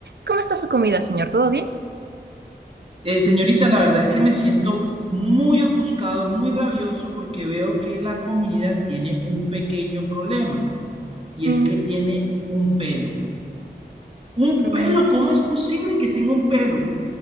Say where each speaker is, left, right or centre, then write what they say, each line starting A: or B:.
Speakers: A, on the right; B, on the right.
A: ¿Cómo está su comida, señor? ¿Todo bien?
B: Eh, señorita, la verdad es que me siento muy ofuscado, muy rabioso, porque veo que la comida tiene un pequeño problema, y
A: "Mm,
B: es que
A: dis-
B: tiene un pelo. ¿Un
A: mm,
B: pelo? ¿Cómo es posible que tenga un pelo?